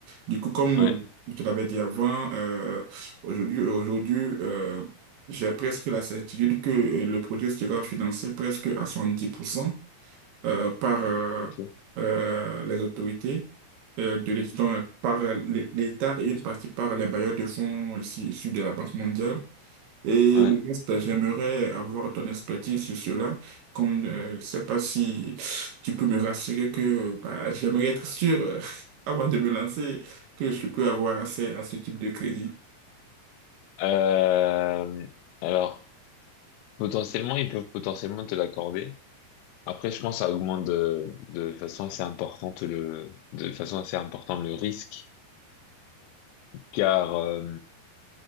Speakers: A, on the right; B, on the left.
A: Du coup, comme
B: ouais.
A: je te l'avais dit avant, euh, aujourd'hui, aujourd'hui, euh, j'ai presque la certitude que euh, le projet sera financé presque à 70% euh, par euh,
B: Ok.
A: euh, les autorités euh, de l'État, donc, par euh, l'É- l'État et une partie par les bailleurs de fonds ici, issus de la Banque mondiale. Et
B: Ouais.
A: le reste, j'aimerais avoir ton expertise sur cela. Comme euh, je ne sais pas si tu peux me rassurer que bah, j'aimerais être sûr euh, <laughs> avant de me lancer que je peux avoir accès à ce type de crédit.
B: Euh, alors, potentiellement, ils peuvent potentiellement te l'accorder. Après, je pense que ça augmente de, de façon assez importante le, de façon assez importante le risque, car, euh,